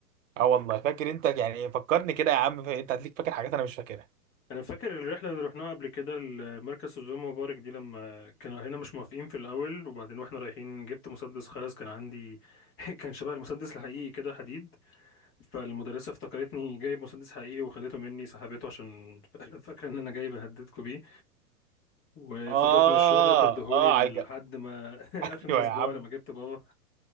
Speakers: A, on the right; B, on the left.
A: اه والله فاكر انت يعني فكرني كده يا عم انت هتليك فاكر حاجات انا مش فاكرها
B: انا فاكر الرحله اللي رحناها قبل كده لمركز سوزان مبارك دي لما كانوا هنا مش موافقين في الاول وبعدين واحنا رايحين جبت مسدس خرز كان عندي <laughs> كان شبه المسدس الحقيقي كده حديد فالمدرسه افتكرتني جايب مسدس حقيقي وخدته مني سحبته عشان <laughs> فاكره ان انا جاي بهددكوا بيه وفضلت
A: اه
B: مش راضيه تديهولي
A: اه على الج-
B: لحد ما
A: <laughs>
B: <laughs> اخر الاسبوع
A: ايوه يا عم
B: لما جبت بابا